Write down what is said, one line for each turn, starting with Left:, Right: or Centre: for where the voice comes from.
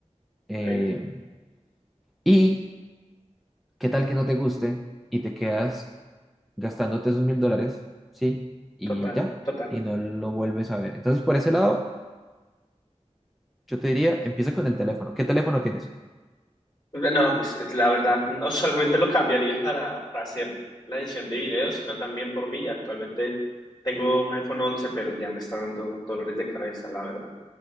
Centre: Eh,
Left: ok,
Centre: y ¿Qué tal que no te guste y te quedas gastándote esos mil dólares? Sí, y
Left: total,
Centre: ya,
Left: total.
Centre: y no lo vuelves a ver. Entonces, por ese lado, yo te diría, empieza con el teléfono. ¿Qué teléfono tienes?
Left: No, pues la verdad, no solamente lo cambiaría para, para hacer la edición de videos, sino también por mí. Actualmente tengo un iPhone once pero ya me está dando dolores de cabeza, la verdad.